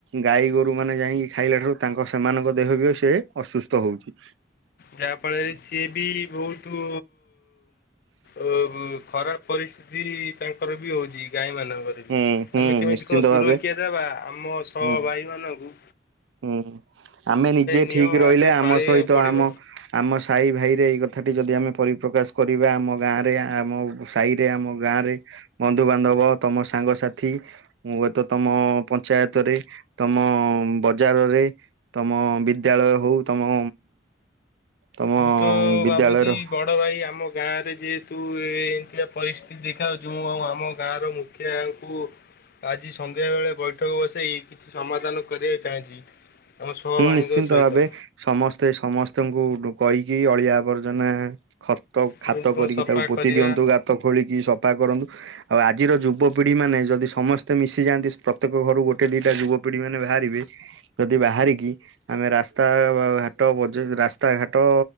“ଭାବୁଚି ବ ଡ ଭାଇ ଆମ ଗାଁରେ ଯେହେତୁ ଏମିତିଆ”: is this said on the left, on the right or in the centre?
Left